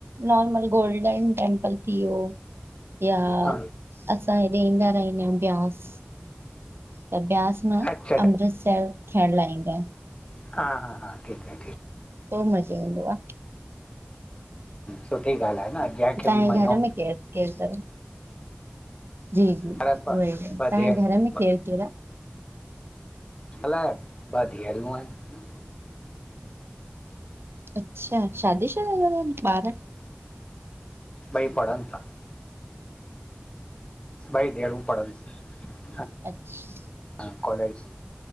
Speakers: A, on the right; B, on the left.
A: नॉर्मल गोल्डन टेंपल थी वियो या
B: हा
A: असां हेॾे ईंदा रहिंदा आहियूं ब्यास, त ब्यास न
B: अच्छा
A: अमृतसर थियण लाइ ईंदा आहियूं।
B: हा हा, हा ठीक आ ठीक
A: तो मज़ो ईंदो आ
B: सुठी ॻाल्हि आ न। जंहिंखे
A: तव्हांये
B: बि मञो
A: घर में केर केर तव? जी उहोई,
B: पर ब ॿ
A: तहांये
B: धीअ
A: घर में केर
B: ॿ
A: केर आ?
B: अलाए, ॿ धीअरूं आहिनि।
A: अच्छा, शादी शुदा तव ॿार?
B: ॿई पढ़नि ता। ॿई धीअरूं पढ़नि थियूं।
A: अच्छ
B: हा कोलेज।